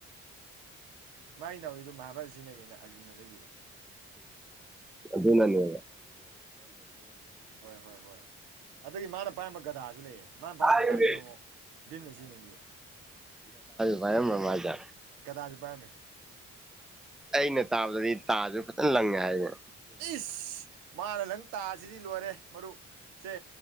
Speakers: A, on the right; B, in the centre.
A: ꯃꯥꯏ ꯅꯥꯎꯔꯤꯗꯨꯣ ꯃꯍꯥꯚꯔꯥꯠꯇ ꯁꯤꯖꯤꯟꯅꯒꯦꯅ ꯑꯔꯖꯨꯟꯅ ꯂꯩꯒꯤꯕ
B: ꯑꯗꯨꯅꯅꯦ
A: ꯍꯣꯏ ꯍꯣꯏ ꯍꯣꯏ ꯑꯗꯨꯗꯒꯤ ꯃꯥꯅ ꯄꯥꯏꯔꯝꯕ ꯒꯗꯥꯁꯤ ꯂꯩꯌꯦ ꯃꯥꯅ ꯄꯥꯏꯔꯝꯕ
B: ꯑꯩꯁ
A: ꯒꯗꯥꯗꯨꯅ ꯑꯃꯨꯛ ꯚꯤꯝꯅ ꯁꯤꯖꯤꯟꯅꯈꯤꯕ
B: ꯍꯥꯏꯔꯝꯕꯥ ꯃꯜꯂꯤꯗꯥ
A: ꯒꯗꯥꯁꯨ ꯄꯥꯏꯔꯝꯃꯦ
B: ꯑꯩꯅ ꯇꯥꯕꯗꯗꯤ ꯇꯥꯁꯨ ꯐꯖꯅꯥ ꯂꯪꯉꯦ ꯍꯥꯏꯌꯦ
A: ꯏꯁ ꯃꯥꯥꯅꯥ ꯅꯪ ꯇꯥꯁꯤꯗꯤ ꯂꯣꯏꯔꯦ ꯃꯔꯨꯞ ꯁꯦ